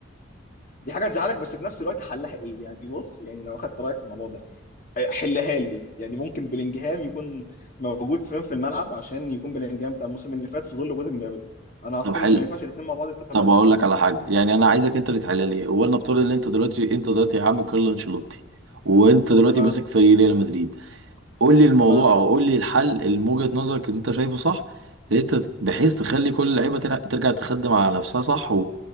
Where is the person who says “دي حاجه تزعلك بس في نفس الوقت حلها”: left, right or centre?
Left